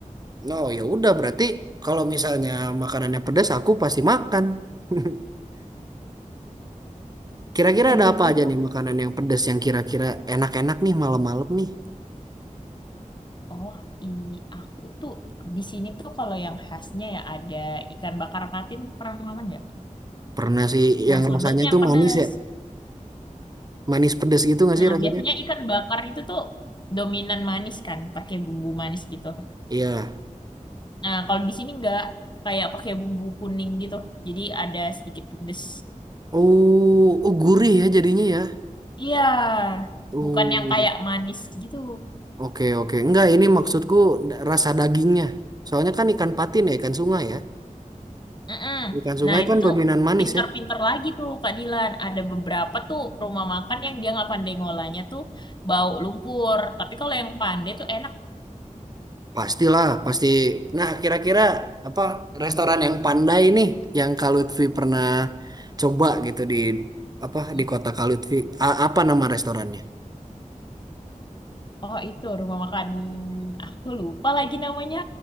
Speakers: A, on the right; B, on the left.
A: No, ya udah, berarti kalau misalnya makanannya pedas, aku pasti makan. <laughs> Kira-kira
B: Mending
A: ada apa aja
B: itu
A: nih makanan yang pedas yang kira-kira enak-enak nih malam-malam nih?
B: Oh, i aku tuh di sini tuh kalau yang khasnya ya ada ikan bakar patin pernah makan nggak?
A: Pernah sih yang
B: Nah, sambalnya
A: rasanya itu
B: yang pedas.
A: manis ya? Manis pedas gitu nggak
B: Nah,
A: sih rasanya?
B: biasanya ikan bakar itu tuh dominan manis kan, pakai bumbu manis gitu.
A: Iya.
B: Nah, kalau di sini nggak kayak pakai bumbu kuning gitu. Jadi ada sedikit pedes.
A: Oh, oh gurih ya jadinya ya.
B: Iya,
A: Oh,
B: bukan yang kayak manis gitu.
A: oke oke. Enggak, ini maksudku da- rasa dagingnya. Soalnya kan ikan patin ya, ikan sungai ya.
B: Mm-mm.
A: Ikan sungai
B: Nah, itu
A: kan
B: tuh
A: dominan manis
B: pinter-pinter
A: ya.
B: lagi tuh Kak Dilan. Ada beberapa tuh rumah makan yang dia nggak pandai ngolahnya tuh bau lumpur. Tapi kalau yang pandai tuh enak.
A: Pastilah, pasti. Nah, kira-kira apa restoran yang pandai nih yang Kak Lutfi pernah coba gitu di apa
B: Mm-mm.
A: di kota Kak Lutfi. A- apa nama restorannya?
B: Oh, itu rumah makan aku lupa lagi namanya.